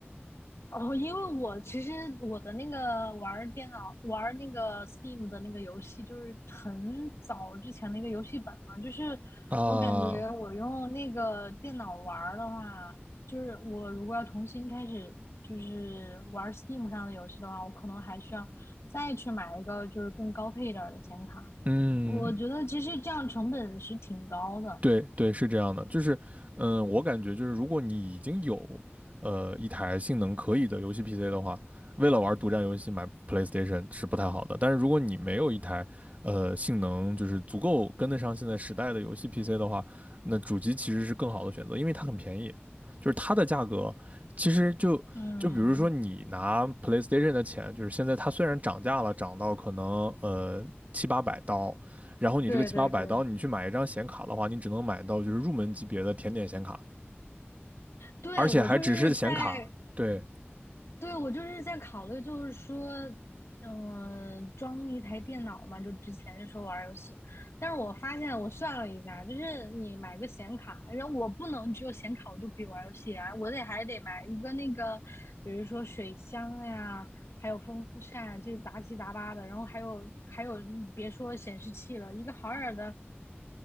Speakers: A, on the left (about 85°); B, on the right (about 35°).
A: 哦，因为我其实我的那个玩儿电脑玩儿那个 Steam 的那个游戏，就是很早之前的一个游戏本了。就是我感觉我用那个电脑玩儿的话，
B: 啊，
A: 就是我如果要重新开始就是玩儿 Steam 上的游戏的话，我可能还需要再去买一个就是更高配一点儿的显卡。
B: 嗯，
A: 我觉得其实这样成本是挺高的。
B: 对对，是这样的，就是，嗯，我感觉就是，如果你已经有呃一台性能可以的游戏 PC 的话，为了玩独占游戏买 PlayStation 是不太好的。但是如果你没有一台呃性能就是足够跟得上现在时代的游戏 PC 的话，那主机其实是更好的选择，因为它很便宜，就是它的价格其实就就比如说你拿
A: 嗯，
B: PlayStation 的钱，就是现在它虽然涨价了，涨到可能呃七八百刀，然后你这个七八百刀，
A: 对对对，
B: 你去买一张显卡的话，你只能买到就是入门级别的甜点显卡，
A: 对，
B: 而且还只是显卡。
A: 我就是在
B: 对
A: 对，我就是在考虑，就是说，嗯、装一台电脑嘛，就之前就说玩儿游戏，但是我发现我算了一下，就是你买个显卡，然后我不能只有显卡我就可以玩儿游戏啊，我得还得买一个那个，比如说水箱呀，还有风扇，这杂七杂八的，然后还有还有，你别说显示器了，一个好点儿的